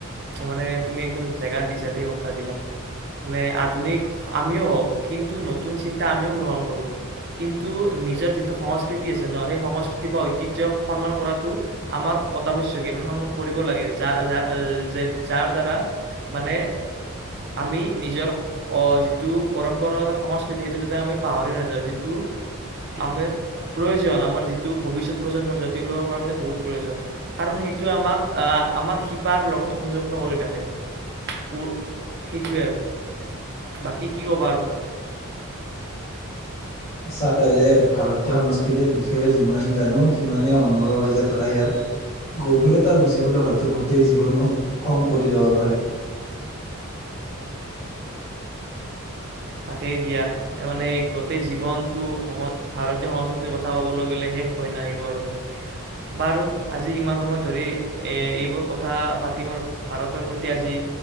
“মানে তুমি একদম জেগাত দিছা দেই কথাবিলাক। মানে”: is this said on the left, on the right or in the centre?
Right